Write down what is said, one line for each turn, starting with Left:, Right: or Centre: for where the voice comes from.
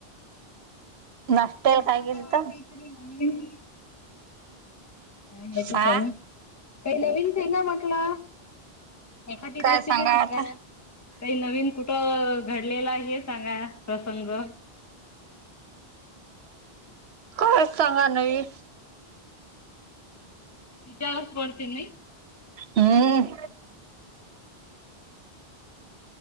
Right: नाश्त्याला
Left: <unintelligible>
Right: काय केलं तर
Left: ह हेच
Right: हा
Left: चाल काही नवीनच ना म्हटला. एखादी
Right: काय
Left: रेसिपी सांगा
Right: आता
Left: काही नवीन कुठं घडलेला आहे. हे सांगा प्रसंग.
Right: काय चांगा नवी.
Left: विचच पडतन.
Right: हम्म.